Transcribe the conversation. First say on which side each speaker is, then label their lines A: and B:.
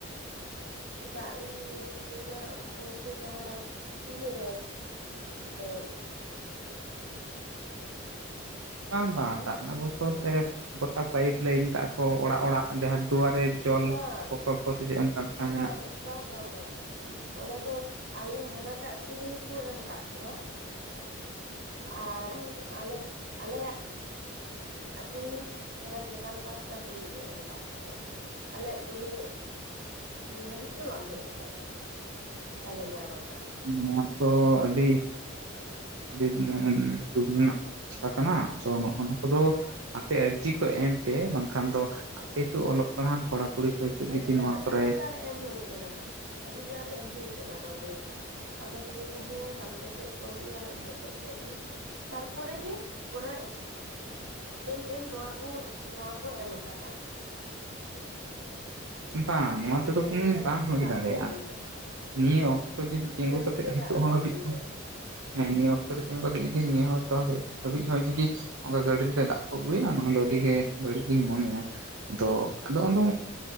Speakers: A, on the right (about 65°); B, on the right (about 80°).
A: <inaudible> ᱫᱟᱜ ᱨᱮᱱᱟᱜ ᱵᱚᱞᱛᱮ ᱫᱚ ᱦᱟᱱᱟᱻ ᱤᱭᱟᱹᱻ <unintelligible>
B: ᱵᱟᱝ ᱵᱟᱝ
A: ᱦᱮᱸ
B: ᱫᱟᱜ ᱨᱮᱱᱟᱜ ᱵᱮᱵᱚᱥᱛᱟᱷᱟ ᱵᱚᱞᱛᱮ ᱜᱚᱴᱟ ᱯᱟᱭᱤᱯ ᱞᱟᱹᱭᱤᱱ ᱠᱟᱜᱼᱟ ᱠᱚ ᱚᱲᱟᱜ ᱚᱲᱟᱜ ᱡᱟᱦᱟᱸ ᱫᱩᱣᱟᱨᱮ ᱡᱚᱞ
A: ᱵᱟᱝ
B: ᱯᱨᱚᱠᱚᱞᱯᱚ ᱥᱮ ᱪᱮᱫ ᱚᱱᱠᱟ ᱢᱤᱫᱴᱟᱝ
A: ᱵᱟᱝ
B: ᱢᱮᱱᱟᱜ
A: ᱵᱟᱝ ᱵᱟᱝ ᱵᱟᱝ ᱵᱟᱝ ᱚᱱᱟ ᱫᱚ ᱟᱞᱮ ᱦᱟᱱᱟᱴᱟᱜ ᱠᱩᱞᱦᱤ ᱠᱚ ᱮᱢ ᱠᱟᱜ ᱠᱚᱣᱟ ᱟᱨ ᱟᱞᱮᱻ ᱟᱞᱮᱭᱟᱜ ᱟᱞ ᱠᱩᱞᱦᱤ ᱦᱟᱱᱟ ᱪᱮᱛᱟᱱ ᱯᱟᱥᱴᱟ ᱠᱩᱞᱦᱤ ᱠᱚ ᱮᱢ ᱠᱟᱜ ᱠᱚᱣᱟ ᱟᱞᱮᱭᱟᱜ ᱠᱩᱞᱦᱤᱻ ᱦᱟᱹᱵᱤᱡ ᱫᱚ ᱵᱟᱝ ᱦᱮᱡ ᱟᱠᱟᱱᱟ ᱵᱟᱞᱮ ᱧᱟᱢ ᱟ
B: ᱱᱚᱣᱟ ᱛᱚ ᱟᱹᱰᱤᱻ ᱟᱰᱤ ᱫᱩᱠ ᱨᱮᱱᱟᱜ ᱠᱟᱛᱷᱟ ᱠᱟᱱᱟ ᱛᱚ ᱱᱚᱝᱠᱟ ᱫᱚ ᱦᱟᱱᱛᱮ ᱟᱨᱡᱤ ᱠᱚ ᱮᱢ ᱯᱮ ᱵᱟᱝᱠᱷᱟᱱ ᱫᱚ ᱟᱯᱮᱛᱚ ᱚᱞᱚᱜ ᱯᱟᱲᱦᱟᱜ ᱠᱚᱲᱟ ᱠᱩᱲᱤ ᱠᱚ ᱱᱤᱛᱚᱜ
A: ᱟᱹᱰᱤᱵᱟᱨ
B: ᱡᱩᱫᱤ ᱱᱚᱣᱟ ᱠᱚᱨᱮ
A: ᱟᱹᱰᱤᱵᱟᱨ ᱮᱢ ᱦᱩᱭ ᱠᱟᱱᱟ ᱟᱹᱰᱤᱵᱟᱨ ᱮᱢ ᱦᱩᱭ ᱠᱟᱱᱟ ᱱᱚᱜ ᱱᱤᱭᱟᱹ ᱛᱮ ᱟᱫᱚ ᱠᱚ ᱞᱟᱹᱭᱫᱟ ᱦᱮᱸ ᱦᱟᱱᱛᱮ ᱠᱷᱚᱡ ᱠᱚ ᱟᱹᱜᱩᱭᱟ ᱦᱟᱱᱛᱮ ᱠᱷ ᱠᱚ ᱟᱹᱜᱩᱭᱟ᱾ ᱛᱟᱨᱯᱚᱨᱮ ᱜᱮ ᱚᱱᱟ ᱮᱢ ᱮᱢ ᱱᱚᱣᱟ ᱠᱚ ᱱᱚᱣᱟ ᱠᱚ ᱮᱢ ᱟᱠᱟᱫᱟ᱾
B: ᱵᱟᱝ ᱱᱚᱣᱟ ᱛᱮᱫᱚ
A: ᱤᱭᱟᱹ
B: ᱠᱳᱱᱳ ᱫᱤᱱ
A: ᱜᱟᱹᱰᱤᱛᱮ
B: ᱵᱟᱝ ᱦᱩᱭ
A: ᱫᱟᱜ
B: ᱫᱟᱲᱮᱭᱟᱜᱼᱟ
A: ᱠᱚ ᱟᱹᱜᱩᱭᱮᱫᱟ
B: ᱱᱤᱭᱟᱹ ᱚᱠᱛᱚ ᱛᱚ ᱡᱚᱫᱤ ᱛᱤᱸᱜᱩ
A: ᱜᱟᱹᱰᱤᱛᱮ
B: ᱠᱟᱛᱮ ᱱᱤᱛᱚᱜ
A: ᱫᱟᱜ ᱠᱚ
B: ᱦᱚᱸ ᱦᱟᱹᱵᱤᱡ
A: ᱟᱹᱜᱩᱭᱮᱫᱟ
B: ᱦᱮᱸ ᱱᱤᱭᱟᱹ ᱚᱠᱛᱚ ᱨᱮ ᱛᱤᱸᱜᱩ ᱠᱟᱛᱮ ᱡᱚᱫᱤ ᱱᱤᱭᱟᱹ ᱦᱚᱛᱚ ᱦᱟᱹᱤᱡ ᱦᱚᱸ ᱡᱚᱫᱤ ᱚᱱᱠᱟ ᱜᱟᱹᱰᱤ ᱨᱮ ᱫᱟᱜ ᱠᱚ ᱟᱹᱜᱩᱭᱟ ᱚᱱᱟ ᱟᱹᱰᱤᱜᱮ ᱵᱟᱹᱲᱤᱡ ᱜᱤᱧ ᱢᱚᱱᱮᱭᱟ ᱟᱫᱚ ᱟᱫᱚ ᱟᱫᱚᱻ